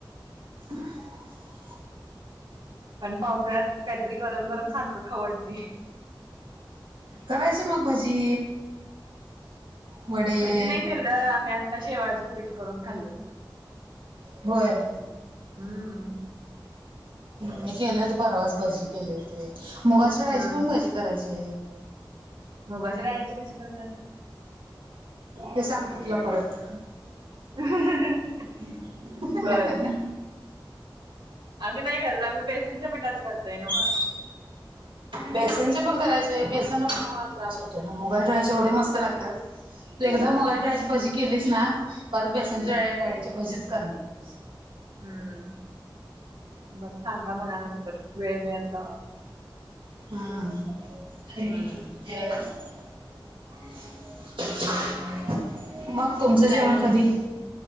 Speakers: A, on the right; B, on the right.
A: <unintelligible>
B: पण पावसाळ्यात काहीतरी गरम गरम सारखं खाऊ वाटतय.
A: करायच मग भजी. वडे
B: भजी नाही गेलं आम्ही आता शेवाळच उपीट करून खाल्लो.
A: होय.
B: हम्म हम्म
A: मी केले होते परवास भजी केले होते मुगाच्या डाळीची
B: हा
A: पण भजी करायचे.
B: मुगाच्या डाळायचे बी असे करतात.
A: हे सांगत तुला परत.
B: करतात
A: ह ह
B: बर
A: ह
B: आम्ही नाही करत आम्ही बेसनच्या पिठाच करतोय ना म
A: बेसनचे पण करायचे बेसनना पण त्रास होतय ना मुगाच्या डाळीच्या एवढे मस्त लागतात. तू एकदा
B: हा
A: मुगाच्या डाळीची भजी केलीस ना परत बेसनच्या
B: हम्म
A: ड डाळीची भजीच करणार नाहीस
B: हम्. बरं सांगा मला नंतर वेळ मिळेल तेव्हा.
A: हा. <unintelligible>
B: हम्म
A: <inaudible> मग तुमचं जेवण
B: काय करताय?
A: कधी?